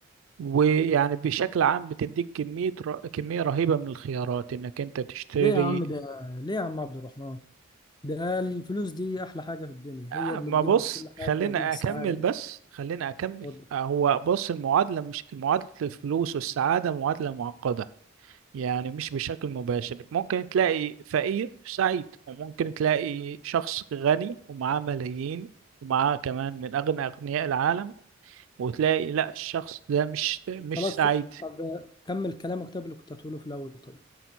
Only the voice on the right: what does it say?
ويعني بشكل عام بتديك كمية ر... كمية رهيبة من الخيارات إنك أنت تشتري
آه،
ما
بص
خلينا
أكمل بس خلينا أكمل
آه، هو بص المعادلة مش معادلة الفلوس والسعادة معادلة معقدة يعني مش بشكل مباشر ممكن تلاقي فقير سعيد وممكن تلاقي شخص غني ومعاه ملايين ومعاه كمان من أغنى أغنياء العالم وتلاقي لا الشخص ده مش مش
سعيد